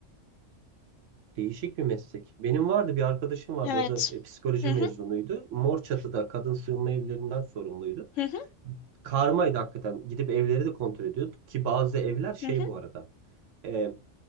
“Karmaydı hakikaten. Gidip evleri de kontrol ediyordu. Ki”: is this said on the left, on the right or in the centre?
Right